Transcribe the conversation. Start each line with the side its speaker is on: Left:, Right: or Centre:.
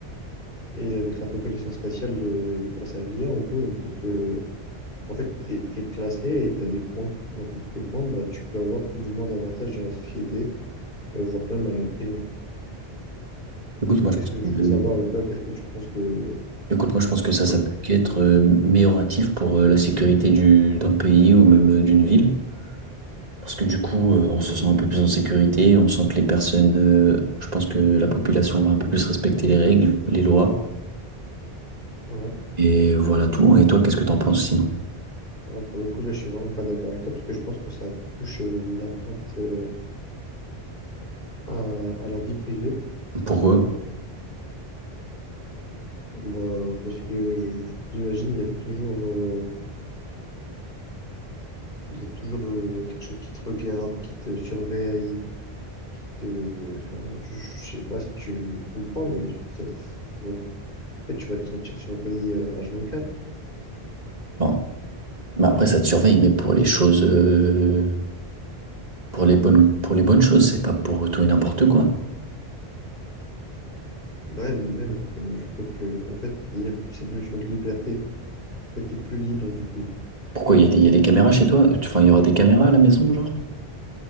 Left: Et avec la reconnaissance faciale de... et grâce à la l'IA, en gros, on peut te... En fait, t'es, t'es classé et t'as des points. En fait, tes points, bah, tu peux avoir plus ou moins d'avantages dans la société, euh, voire même aller en prison.
Right: Écoute,
Left: Et
Right: moi, je
Left: qu'est-ce
Right: pense
Left: que je
Right: que,
Left: voulais savoir avec toi, qu'est-ce que tu penses de...
Right: écoute, moi, je pense que ça,
Left: Ouais.
Right: ça peut qu'être euh, amélioratif pour euh, la sécurité du, d'un pays ou même euh, d'une ville. Parce que du coup, euh, on se sent un peu plus en sécurité, on sent que les personnes, euh, je pense que la population va un peu plus respecter les règles, les lois.
Left: Ouais.
Right: Et voilà tout. Et toi, qu'est-ce que t'en penses sinon?
Left: Ah, Pour le coup, là, je suis vraiment pas d'accord avec toi, parce que je pense que ça touche euh, l'atteinte euh, à, à la vie privée.
Right: Pour eux?
Left: Bah, parce que je- je- j'imagine, il y a toujours... euh, Il y a toujours euh, quelque chose qui te regarde, qui te surveille. te- Enfin, je, je sais pas si tu comprends, mais je- ça- ça- en fait, tu vas te sentir surveillé euh, H24.
Right: Bon. Mais après, ça te surveille, mais pour les choses, euh, pour les bonnes, pour les bonnes choses, c'est pas pour tout et n'importe quoi.
Left: Ouais, mais même, je, je trouve que, en fait, il n'y a plus cette notion de liberté. En fait, t'es plus libre du coup.
Right: Pourquoi il y a des, il y a des caméras chez toi? Enfin, il y aura des caméras à la maison, genre?